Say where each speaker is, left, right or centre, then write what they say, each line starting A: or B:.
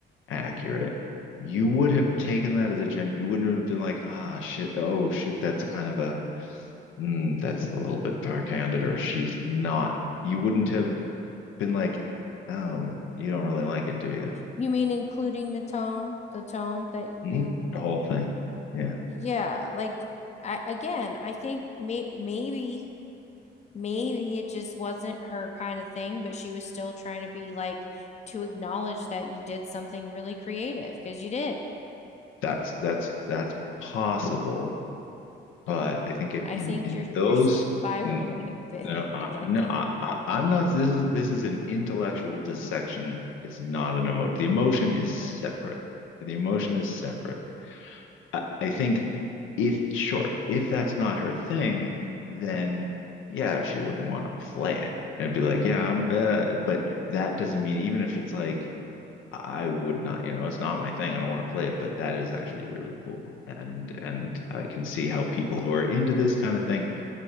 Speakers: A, on the left; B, on the left.
A: accurate you would have taken that as a gen you wouldn't have been like ah shit oh shoot that's kind of a mm, that's a little bit backhanded or she's not you wouldn't have been like, oh, you don't really like it, do you?
B: You mean including the tone, the tone that
A: Mhm.
B: you,
A: The whole thing. Yeah.
B: yeah, like I again, I think may, maybe maybe it just wasn't her kind of thing, but she was still trying to be like to acknowledge that you did something really creative because you did.
A: That's that's that's possible, but I think if
B: I
A: in
B: think
A: in
B: you're
A: those
B: you're spiraling
A: n-
B: a bit.
A: no
B: <laughs>
A: uh,
B: Like I
A: no
B: don't,
A: I, I, I'm not this is this is an intellectual dissection. It's not an emotion. The emotion is
B: mm.
A: separate. The emotion is separate. I, I think if sure, if that's not her thing, then yeah, she wouldn't want to play it. It'd be like, yeah, I'm, uh, but that doesn't mean even if it's like I would not, you know, it's not my thing. I don't want to play it, but that is actually really cool. And and I can see how people who are into this kind of thing